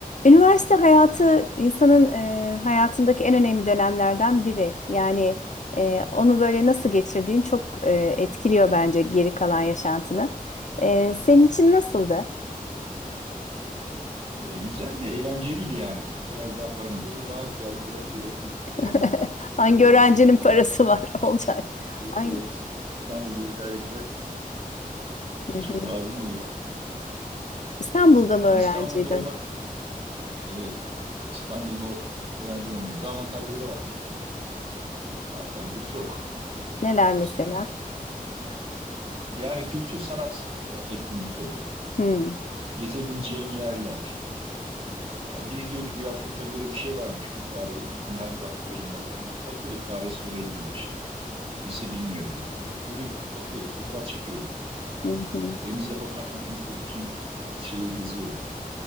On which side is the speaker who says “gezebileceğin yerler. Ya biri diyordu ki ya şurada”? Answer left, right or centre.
Right